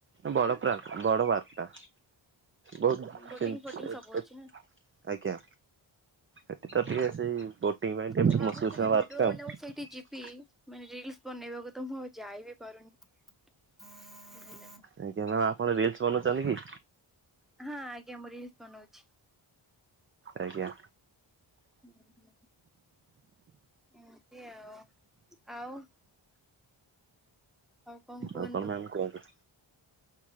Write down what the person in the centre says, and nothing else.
ବୋଟିଂ
ଫୋଟିଂ ସବୁ ଅଛି
ନା।
ମୁଁ ଭାବୁଛି
ଭିଡିଓ
ବନେଇବାକୁ
ସେଇଠି ଯିବି କି ମାନେ ରିଲସ ବନେଇବାକୁ ତ ମୁଁ ଆଉ ଯାଇ ବିି ପାରୁନି।
ହଁ ଆଜ୍ଞା ମୁଁ ରିଲିସ ବନଉଛି।
ହୁଁ ହୁଁ। ଏମିତି ଆଉ ଆଉ। ଆଉ କୁହନ୍ତୁ